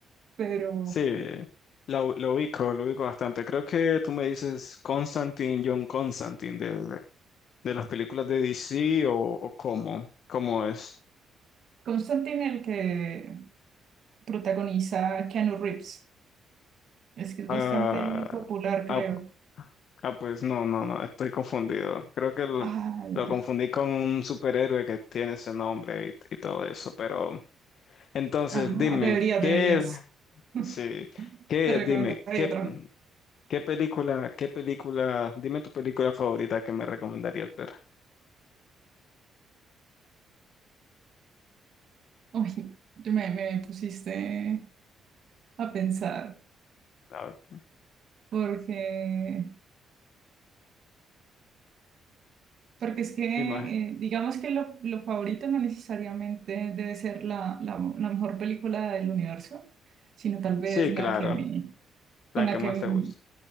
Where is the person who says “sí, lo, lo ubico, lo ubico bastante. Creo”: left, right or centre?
Left